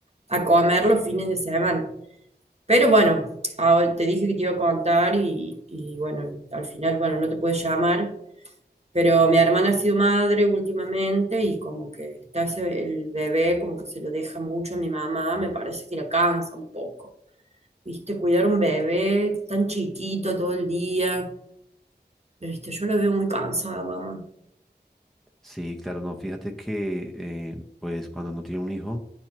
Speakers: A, on the right; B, in the centre.
A: a comer los fines de semana. Pero bueno, Ah, bueno, te dije que te iba a contar y, y bueno, al final, bueno, no te puedo llamar, pero mi hermana ha sido madre últimamente y como que está ese- el bebé, como que se lo deja mucho a mi mamá, me parece que la cansa un poco. ¿Viste? Cuidar un bebé tan chiquito todo el día. ¿Viste? Yo la veo muy cansada, mamá.
B: Sí, claro, no, fíjate que eh, pues cuando uno tiene un hijo